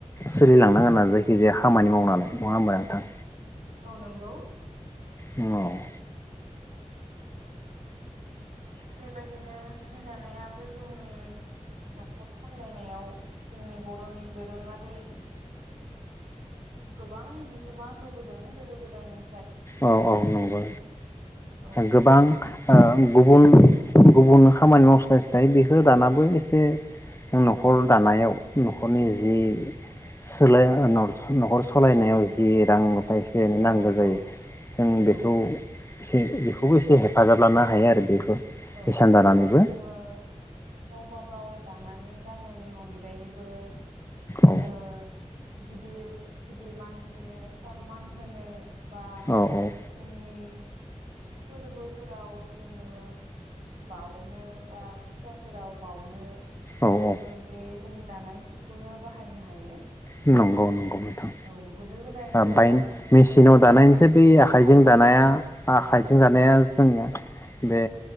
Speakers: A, on the left; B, on the right.
A: सोलिलांनांगोन आरो जायखिजाया खामानि मावनानै नङा होमबा नोंथां।
B: औ नोंगौ।
A: औ।
B: बे बायदिनो सि दानायाबो जोंनि न'खर सामलायनायाव जोंनि बर'नि दोरोङारि गोबां बिहोमा होबोदों। गोदो गोदायनि
A: औ औ नंगौ
B: औ
A: गोबां ओ गुबुन गुबुननो खामानि मावस्लायस्लाय बेखौ दानाबो एसे जों न'खर दानायाव न'खरनि जि सोलाय न'खर सालायनायाव जि रां हाय एसे एनै
B: औ
A: नांगौ
B: नंगौ
A: जायो ओं बेखौ
B: औ
A: एसे बेखौबो एसे हेफाजाब लाना हायो आरो बेखौ।
B: औ
A: हिसान दानानैबो
B: जोङो गावबा गाव दानानै गाननायनि अनगायैबो जोङो
A: औ
B: गिदिर गिदिर मानसिनो सनमान होनो बा
A: औ
B: जोंनि फोरबोफोराव जोङो बाउनो बा फुजाफोराव बावनो बो
A: औ
B: जोङो
A: औ
B: बे जोंनि दानाय सिखौनो बाहायनो हायो।
A: नंगौ नंगौ नोंथां
B: औ गोदो गोदाय
A: आ
B: जों
A: बाइन मिसिनाव दानायनिसाय
B: बर' आइजोफोरा
A: बे आखाइजों दानाया आखाइथिं जानाया जोंनिया बे